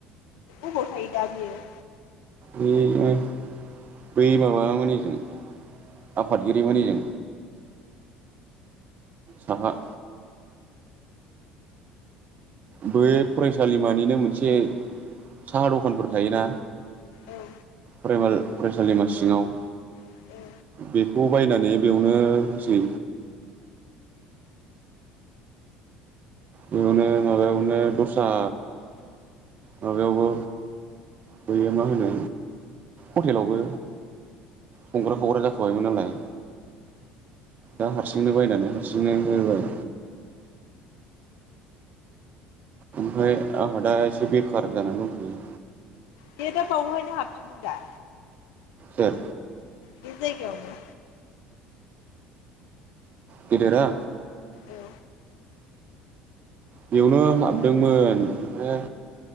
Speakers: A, on the left; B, on the right.
A: ओबाव थायो दा बियो
B: बे बै माबामोननिजों आफादगिरिमोननिजों साहा। बे फरायसालिमानिनो मोनसे साहा दखानफोर थायोना।
A: औ
B: फरायसालिमा सिङाव।
A: औ
B: बेखौ बायनानै बेयावनो होसै। बेयावनो माबायावनो दस्रा माबायावबो बैयो मा होनो हटेलावबो संग्रा खावग्रा जाखोबायमोन नालाय दा हारसिंनो बायनानै हारसिंनो होबाय। ओमफ्राय आंहादा एसे बेखार जानानै दंथयो।
A: बे दा बावहायनो हाबफिननो दा।
B: ओं।
A: बि जायगावनो।
B: गिदिरा?
A: औ
B: बेयावनो हाबदोंमोन ओमफ्राय